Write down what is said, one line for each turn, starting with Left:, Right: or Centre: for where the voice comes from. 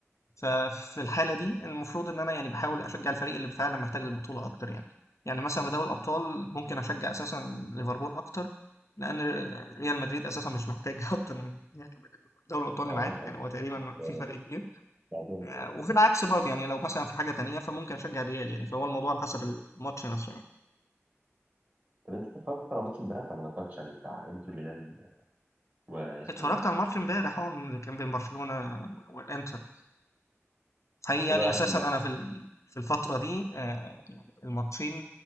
Left: ففي الحاله دي المفروض ان انا يعني بحاول اشجع الفريق اللي فعلا محتاج البطوله اكتر يعني يعني مثلا في دوري الابطال ممكن اشجع اساسا ليفربول اكتر لان ريال مدريد اساسا مش محتاج <laughs> اكتر من يعني دوري الابطال
Right: اه
Left: اللي معاه
Right: ما شاء
Left: يعني
Right: الله
Left: هو تقريبا
Right: آه،
Left: في فرق كبير
Right: بتعجبني
Left: آه،
Right: كده
Left: وفي العكس برضه يعني لو مثلا في حاجه تانية فممكن اشجع الريال يعني فهو الموضوع على حسب الماتش نفسه يعني
Right: طب انت اتفرجت على ماتش امبارح ولا ما اتفرجتش عليه بتاع انتر ميلان واسمه
Left: اتفرجت
Right: ايه ده
Left: على الماتش امبارح اه اللي كان بين برشلونه والانتر حقيقي يعني
Right: ايه رايك
Left: اساسا
Right: فيه بقى
Left: انا في ال- في الفتره دي آه، يعني الماتشين